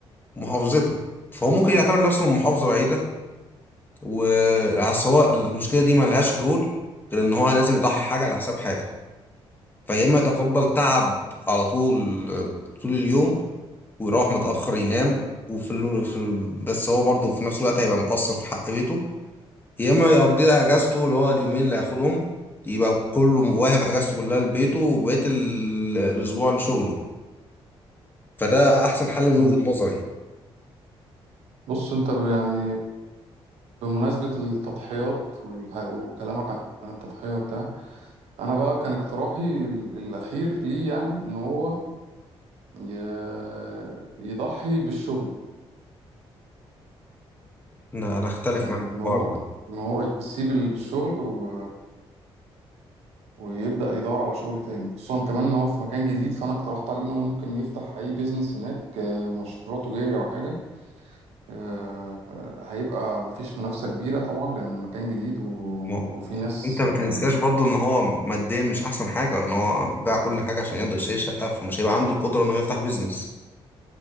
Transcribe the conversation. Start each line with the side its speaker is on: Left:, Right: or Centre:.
Left: ومحافظته فهو ممكن يعتبر نفسه من محافظة بعيدة والسواء المشكله دي ملهاش حلول غير ان هو لازم يضحي حاجه على حساب حاجه فيا اما يتقبل تعب على طول طول اليوم ويروح متاخر ينام وفي ال... في ال... بس هو برضه في نفس الوقت هيبقى مقصر في حق بيته يا اما يقضيها اجازته اللي هو اليومين اللي هياخدهم يبقى كله واهب اجازته كلها لبيته وبقيه ال... الاسبوع لشغله فده احسن حل من
Right: يعني
Left: وجهه نظري
Right: بص انت ب- يعني بمناسبة التضحيات والح- وكلامك عن التضحية وبتاع انا بقى كان اقتراحي ال- الاخير ليه يعني ان هو ي- يضحي بالشغل
Left: انا أنا اختلف
Right: يعني
Left: معاك
Right: ان
Left: في الحوار
Right: هو ان هو يسيب الشغل و... ويبدأ يدور على شغل تاني خصوصا كمان ان هو في مكان جديد فانا اقترحت عليه ان هو ممكن يفتح اي بيزنس هناك آه، مشروع تجاري او حاجة آه، هيبقى مفيش منافسة كبيرة طبعا لأن مكان جديد و...
Left: ده
Right: وفي ناس
Left: انت ما تنساش
Right: آه،
Left: برضو ان هو ماديا مش احسن حاجه ان هو باع كل حاجه عشان يقدر يشتري شقه فمش هيبقى عنده القدره انه يفتح بيزنس